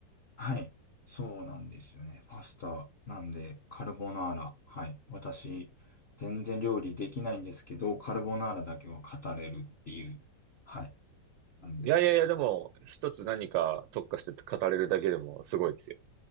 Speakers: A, on the left; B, on the right.
A: はい。そうなんですよね。パスタなんで、カルボナーラ。はい。私、全然料理できないんですけど、カルボナーラだけは語れるっていう。はい。なんで、
B: いやいやいや、でも一つ何か特化して語れるだけでもすごいですよ。